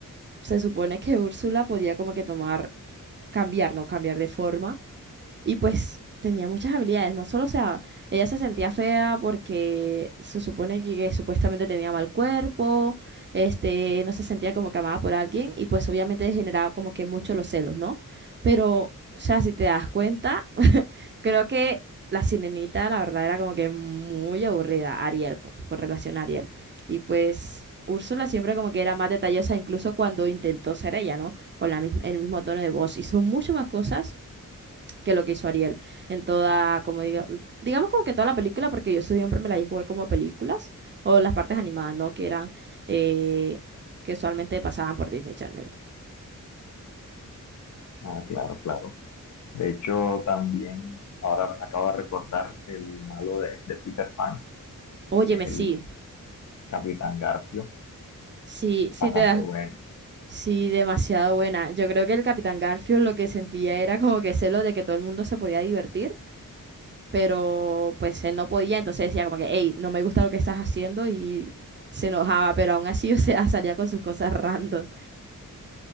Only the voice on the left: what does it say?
sí,
Ah, claro, claro. De hecho, también ahora acabo de recordar el malo de, de Peter Pan,
que es el
Capitán Garfio.
Bastante
bueno.